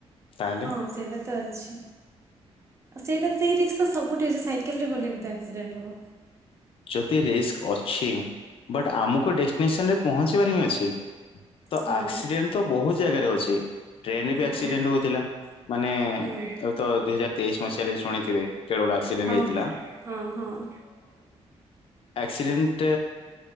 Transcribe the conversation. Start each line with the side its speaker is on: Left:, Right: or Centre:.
Left: ତାହେଲେ
Right: ହଁ ସେଇଟା ତ ଅଛି। ସେଇଟା ସେଇ ରିକ୍ସ୍ ତ ସବୁଠି ଅଛି ସାଇକେଲ୍ ରେ ଗଲେ ବି ତ ଆକ୍ସିଡେଣ୍ଟ୍ ହବ।
Left: ଯଦି ରିସ୍କ୍ ଅଛି ବଟ୍ ଆମକୁ ଡେଷ୍ଟିନେସନ୍ ରେ ପହଞ୍ଚିବାର ହିଁ ଅଛି। ତ
Right: ହଁ
Left: ଆକ୍ସିଡେଣ୍ଟ୍ ତ ବହୁତ ଜାଗାରେ ଅଛି ଟ୍ରେନ୍ ରେ
Right: ହଁ
Left: ବି ଆକ୍ସିଡେଣ୍ଟ୍ ହଉଥିଲା ମାନେ
Right: ହୁଁ
Left: ଅ- ତ ଦୁଇ ହଜାର ତେଇଶି ମସିହାରେ ଶୁଣିଥିବେ କେଡେ ବଡ ଆକ୍ସିଡେଣ୍ଟ୍
Right: ହଁ
Left: ହେଇଥିଲା।
Right: ହଁ -ହଁ।
Left: ଆକ୍ସିଡେଣ୍ଟ୍